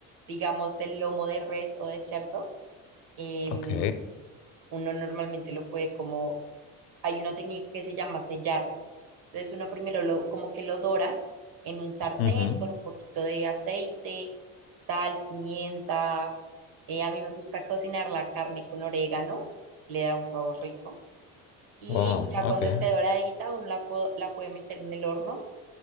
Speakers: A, on the right; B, on the left.
A: digamos el lomo de res o de cerdo, em,
B: Ok.
A: uno normalmente lo puede como, hay una técnica que se llama sellarlo. Entonces uno primero lo, como que lo dora en un sartén
B: Ujú.
A: con un poquito de aceite, sal, pimienta eh, a mí me gusta cocinar la carne con orégano, le da un sabor rico. Y
B: Wow,
A: ya
B: okay.
A: cuando esté doradita, uno la, po- la puede meter en el horno